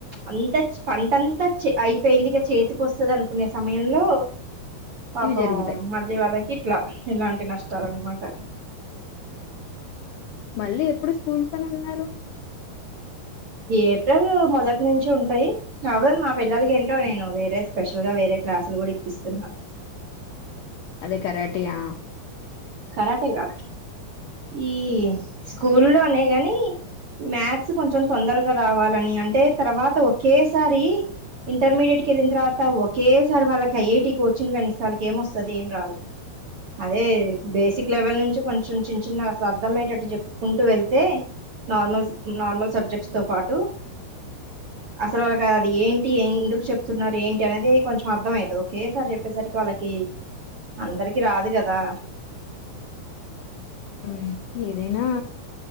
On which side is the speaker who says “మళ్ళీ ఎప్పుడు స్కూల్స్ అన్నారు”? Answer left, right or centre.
Left